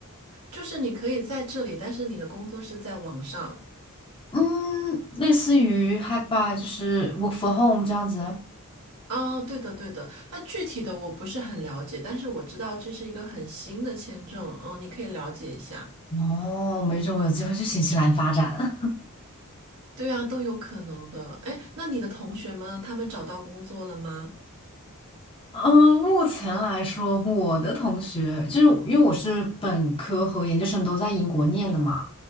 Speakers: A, on the right; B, on the left.
A: 就是你可以在这里，但是你的工作是在网上。
B: 嗯，类似于 h i b y 就是 work for home 这样子。
A: 啊，对的，对的。那具体的我不是很了解，但是我知道这是一个很新的签证，嗯，你可以了解一下。
B: 哦，没准我有机会去新西兰发展。
A: 对啊，都有可能的。哎，那你的同学们，他们找到工作了吗？
B: 嗯，目前来说，我的同学就是因为我是本科和研究生都在英国念的嘛，